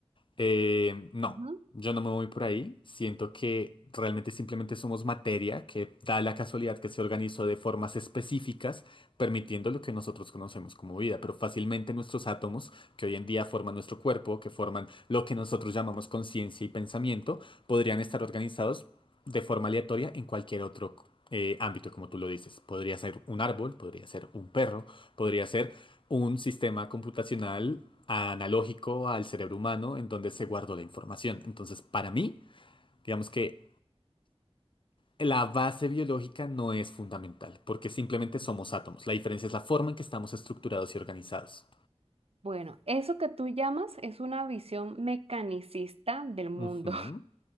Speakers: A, on the left; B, on the right.
A: eh, no,
B: Ujú.
A: yo no me voy por ahí. Siento que realmente simplemente somos materia que da la casualidad que se organizó de formas específicas, permitiendo lo que nosotros conocemos como vida. Pero fácilmente nuestros átomos, que hoy en día forman nuestro cuerpo, que forman lo que nosotros llamamos conciencia y pensamiento, podrían estar organizados de forma aleatoria en cualquier otro eh, ámbito, como tú lo dices. Podría ser un árbol, podría ser un perro, podría ser un sistema computacional analógico al cerebro humano en donde se guardó la información. Entonces, para mí, digamos que la base biológica no es fundamental, porque simplemente somos átomos. La diferencia es la forma en que estamos estructurados y organizados.
B: Bueno, eso que tú llamas es una visión mecanicista del mundo.
A: Ujú.